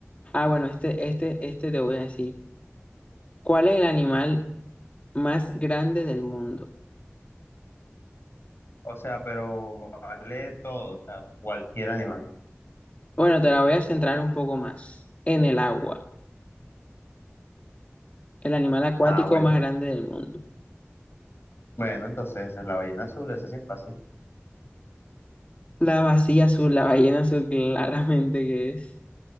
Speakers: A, on the left (about 30°); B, on the left (about 60°).
A: Ah, bueno, este, este, este te voy a decir. ¿Cuál es el animal? más grande del mundo.
B: O sea, pero vale todo, o sea, cualquier animal.
A: Bueno, te la voy a centrar un poco más en el agua, el animal acuático
B: Ah, bueno.
A: más grande del mundo.
B: Bueno, entonces esa es la ballena azul, ese sí es fácil.
A: La vacía azul, la ballena azul, claramente que es.